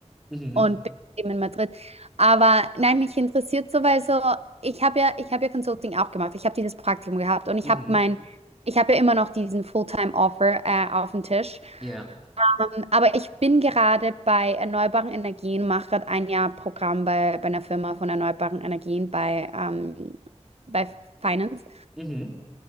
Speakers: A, in the centre; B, on the right (about 60°).
A: Mhm.
B: und bin eben in Madrid. Aber nein, mich interessiert so, weil so, ich habe ja, ich habe ja Consulting auch gemacht. Ich habe dieses Praktikum gehabt und ich
A: Mhm.
B: habe mein, ich habe ja immer noch diesen Fulltime-Offer äh, auf dem Tisch.
A: Ja.
B: Ähm, Aber ich bin gerade bei erneuerbaren Energien, mache gerade ein Jahr Programm bei, bei einer Firma von erneuerbaren Energien bei, ähm, bei Finance.
A: Mhm.